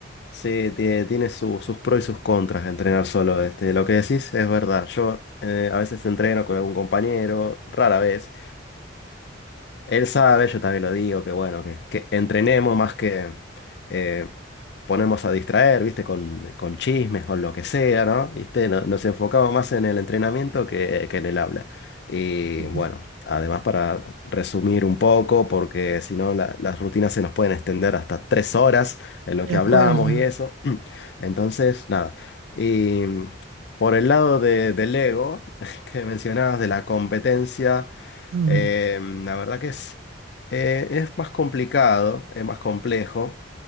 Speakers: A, on the left (about 55°); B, on the right (about 85°).
A: sí, tiene, tiene su- sus pros y sus contras entrenar solo. Este, lo que decís es verdad. Yo eh, a veces entreno con algún compañero, rara vez, Él sabe, yo también lo digo, que bueno, que, que entrenemos más que eh, ponemos a distraer, ¿viste? Con, con chismes, con lo que sea, ¿no? ¿Viste? No- Nos enfocamos más en el entrenamiento que, que en el habla. Y
B: Ujú.
A: bueno, además para resumir un poco, porque si no la- las rutinas se nos pueden extender hasta tres horas en lo
B: De
A: que
B: acuerdo.
A: hablamos y eso. <clears throat> Entonces, nada. Y por el lado de, del ego <laughs> que mencionabas, de la competencia.
B: Mm,
A: Eh, la verdad que es, eh, es más complicado, es más complejo.